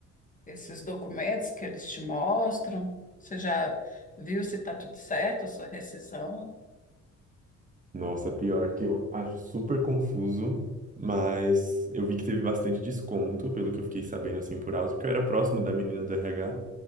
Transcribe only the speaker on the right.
Nossa, pior que eu acho super confuso, mas eu vi que teve bastante desconto, pelo que eu fiquei sabendo assim por alto, porque eu era próximo da menina do RH,